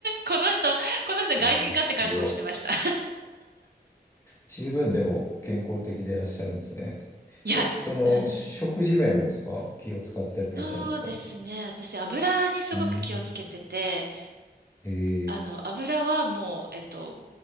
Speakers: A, on the right (about 70°); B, on the left (about 15°).
A: この人、この人外人かって格好してました。
B: いやー、すごい。十分でも健康的でいらっしゃるんですね。
A: いや、
B: え、その、
A: うん、
B: 食事面もですか気を使っていらっしゃるんですか
A: そうですね。私、油にすごく気をつけてて、
B: うーん。ええ。
A: あの、油はもう、えっと、